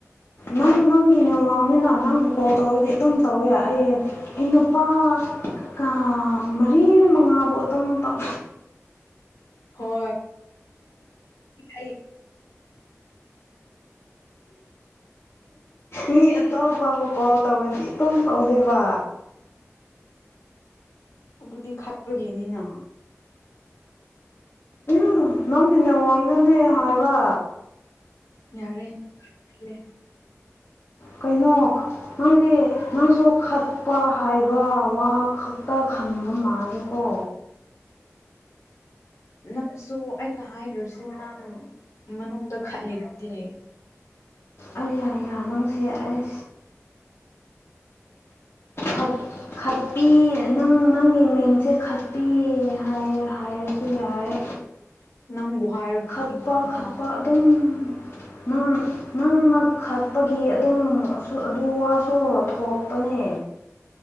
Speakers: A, on the left (about 50°); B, on the left (about 70°).
A: ꯅꯪ ꯅꯪꯒꯤꯅꯦ ꯋꯥꯅꯤꯅ ꯅꯪꯕꯨ ꯀꯣꯜ ꯇꯧꯔꯗꯤ ꯑꯗꯨꯝ ꯇꯧꯋꯦ ꯑꯩ ꯑꯩ ꯅꯨꯄꯥ ꯀ ꯃꯔꯤ ꯃꯉꯥꯕꯨꯧ ꯑꯗꯨꯝ ꯇꯧ
B: ꯍꯣꯏ ꯑꯩ
A: ꯃꯤ ꯑꯇꯣꯞ ꯄꯥꯎꯕꯀꯣ ꯇꯧꯔꯗꯤ ꯑꯗꯨꯝ ꯄꯧꯗꯣꯏꯕ
B: ꯑꯗꯨꯗꯤ ꯈꯠꯄꯒꯤꯅꯤꯅ
A: ꯑ ꯅꯪꯁꯤꯤꯟꯟꯅ ꯋꯥꯡꯅꯅꯦ ꯍꯥꯏꯕ
B: ꯌꯥꯔꯦ ꯂꯩꯦ
A: ꯀꯩꯅꯣꯛ ꯅꯪꯗꯤ ꯅꯪꯁꯨ ꯈꯠꯄ ꯍꯥꯏꯕ ꯋꯥ ꯈꯛꯇ ꯈꯪꯕ ꯃꯥꯂꯦꯀꯣ
B: ꯅꯪꯁꯨ ꯑꯩꯅ ꯍꯥꯏꯗ꯭ꯔꯁꯨ ꯅꯪ ꯃꯅꯨꯡꯗ ꯈꯠꯂꯤꯗꯤ
A: ꯑꯩ ꯌꯥꯌꯥ ꯅꯪꯁꯦ ꯑꯩ
B: <inaudible>
A: ꯍꯛ ꯈꯠꯄꯤ ꯅꯪ ꯅꯪꯒꯤ ꯃꯤꯡꯁꯦ ꯈꯠꯄꯤ ꯍꯥꯏ ꯍꯥꯏꯔꯁꯦ ꯑꯗꯨ ꯌꯥꯔꯦ
B: ꯅꯪꯕꯨ ꯍꯥꯏꯔꯒ
A: ꯈꯠꯄ
B: ꯃꯤꯕꯨ ꯑꯃꯨꯛ
A: ꯈꯠꯄ ꯑꯗꯨꯝ ꯅꯪ ꯅꯪꯃꯛ ꯈꯠꯄꯒꯤ ꯑꯗꯨꯝ ꯑꯗꯨ ꯋꯥꯁꯨ ꯊꯣꯛꯄꯅꯦ